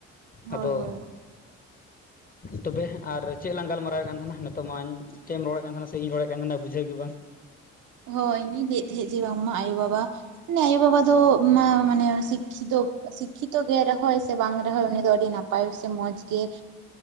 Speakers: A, on the right (about 50°); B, on the left (about 25°).
A: ᱦᱳᱭ
B: ᱟᱫᱚ
A: ᱦᱳᱭ
B: ᱛᱚᱵᱮ ᱟᱨ ᱪᱮᱫ ᱞᱟᱝ ᱜᱟᱞᱢᱟᱨᱟᱣ-ᱟ ᱠᱟᱱ ᱛᱟᱦᱮᱱᱟ ᱱᱤᱛᱚᱜ ᱢᱟᱧ ᱪᱮᱫ ᱮᱢ ᱨᱚᱲᱮᱫ ᱠᱟᱱ ᱛᱟᱦᱮᱱᱟ ᱥᱮ ᱤᱧ ᱨᱚᱲᱮᱫ ᱠᱟᱱ ᱛᱟᱦᱮᱱᱟ ᱵᱩᱡᱷᱟᱹᱣ ᱜᱮ ᱵᱟᱝ
A: ᱦᱳᱭ ᱤᱧᱜᱮ ᱞᱟᱭᱮᱫ ᱛᱟᱦᱮᱡ ᱡᱮ ᱵᱟᱝ ᱢᱟ ᱟᱭᱳ ᱵᱟᱵᱟ ᱮ ᱟᱭᱳᱼᱵᱟᱵᱟ ᱫᱚ ᱢᱟᱱᱮ ᱥᱤᱠᱠᱷᱤᱛᱚ ᱥᱤᱠᱠᱷᱤᱛᱚ ᱜᱮ ᱨᱮᱦᱚᱸᱭ ᱥᱮ ᱵᱟᱝ ᱨᱮᱦᱚᱸᱭ ᱩᱱᱤ ᱫᱚ ᱟᱹᱰᱤ ᱱᱟᱯᱟᱭ ᱯᱟᱭᱮᱥ ᱥᱮ ᱢᱚᱡᱽ ᱜᱮ